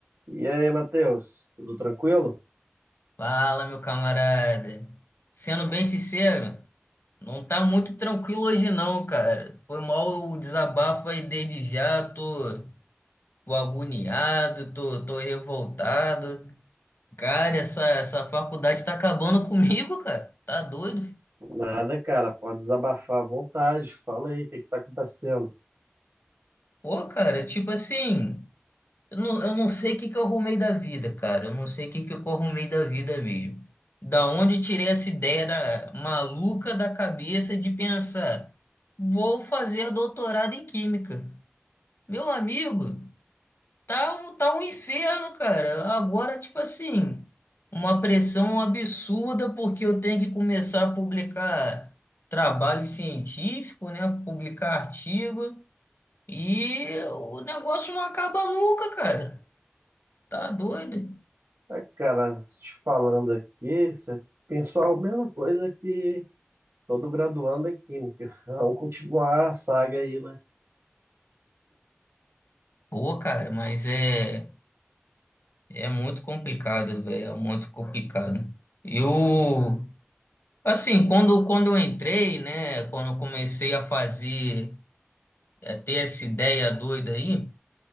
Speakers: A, on the right; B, on the left.
A: E aí, Matheus, tudo tranquilo?
B: Fala, meu camarada. Sendo bem sincero, não tá muito tranquilo hoje não, cara. Foi mal o desabafo aí desde já, tô, tô agoniado, tô, tô revoltado. Cara, essa, essa faculdade tá acabando comigo, cara. Tá doido?
A: Nada, cara, pode desabafar à vontade. Fala aí, o que que tá acontecendo?
B: Pô, cara, tipo assim. Eu não, eu não sei o que que eu arrumei da vida, cara. Eu não sei o que que eu arrumei da vida mesmo. Da onde eu tirei essa ideia da- maluca da cabeça de pensar, vou fazer doutorado em química. Meu amigo, tá um, tá um inferno, cara. Agora, tipo assim, uma pressão absurda porque eu tenho que começar a publicar trabalho científico, né? Publicar artigo. E o negócio não acaba nunca, cara. Tá doido?
A: Ah, cara, te falando aqui, você pensou a mesma coisa que todo graduando em Química. <laughs> Vamos continuar a saga aí, né?
B: Pô, cara, mas é, é muito complicado, velho, é muito complicado. Eu, assim, quando, quando eu entrei, né, quando eu comecei a fazer, a ter essa ideia doida aí,